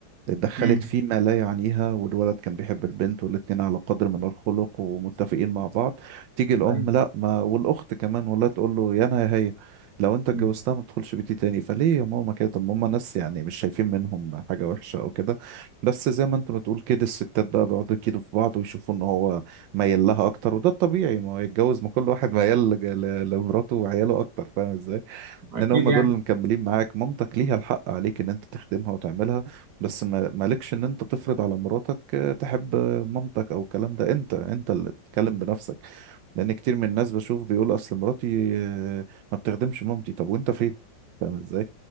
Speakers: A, on the right; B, on the right.
A: اتدخلت
B: امم
A: فيما لا يعنيها والولد كان بيحب البنت والاتنين على قدر من الخلق ومتفقين مع بعض تيجي الأم
B: طيب
A: لا ما والأخت كمان والله تقول له يا أنا يا هي لو أنت اتجوزتها
B: امم
A: ما تدخلش بيتي تاني فليه يا ماما كده طب ما هم ناس يعني مش شايفين منهم حاجة وحشة أو كده بس زي ما أنت بتقول كده الستات بقى بيقعدوا يكيدوا في بعض ويشوفوا إن هو ميال لها اكتر وده الطبيعي ما هو يتجوز ما كل واحد ميال ل- ل- لمراته وعياله اكتر فاهم ازاي
B: اكيد
A: لان هم
B: يعني
A: دول اللي مكملين معاك مامتك ليها الحق عليك ان انت تخدمها وتعملها بس ما مالكش ان انت تفرض على مراتك آه، تحب مامتك او الكلام ده انت انت اللي تتكلم بنفسك لان كتير من الناس بشوف بيقول اصل مراتي آه، ما بتخدمش مامتي طب وانت فين فاهم ازاي